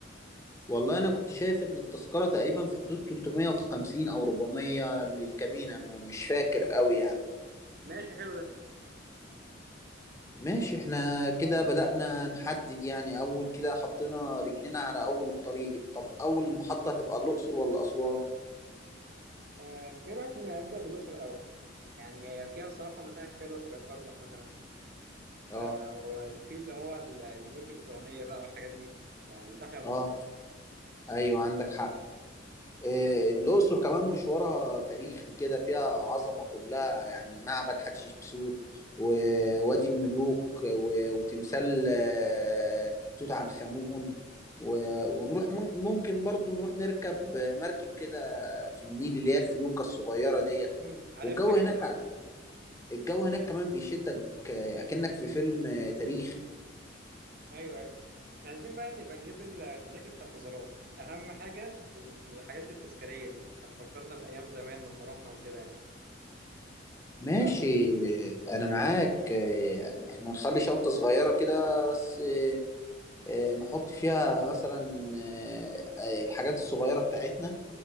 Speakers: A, on the left; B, on the right.
A: والله انا كنت شايف ان التذكره تقريبا في حدود 350 او 400 للكابينه مش فاكر قوي يعني
B: ماشي حلو ده
A: ماشي احنا كده بدأنا نحدد يعني أول كده حطينا رجلينا على أول الطريق طب أول محطة هتبقى الأقصر ولا أسوان؟
B: آه، ايه رايك نبدا بالاقصر الاول يعني هي فيها صراحه متاحف حلوه شبه الكرنك مثلا
A: اه
B: آه، والفيل اللي هو ال- الملوك الفرعونيه بقى والحاجات دي يعني تحيا مصر
A: اه أيوه عندك حق إيه الأقصر كمان مشوارها تاريخي كده فيها عظمة كلها يعني معبد حتشبسوت ووادي الملوك و- وتمثال آه، توت عنخ آمون و- ونروح مم- ممكن برضو نروح نركب مركب كده في النيل اللي هي الفلوكة الصغيرة ديت
B: امم عارفها
A: والجو
B: جميله
A: هناك
B: قوي
A: الجو هناك كمان بيشدك آه، اكنك في فيلم آه، تاريخي
B: ايوه ايوه احنا عايزين بقى نبقى نجيب التذاكر بتاع المزارات اهم حاجه الحاجات التذكاريه دي هتفكرنا بايام زمان لما رحنا وكده يعني
A: ماشي
B: ايه رايك
A: آه، انا معاك آه، يعني احنا نخلي شنطة صغيرة كده بس آه، آه، نحط فيها مثلا آه، آه، الحاجات الصغيرة بتاعتنا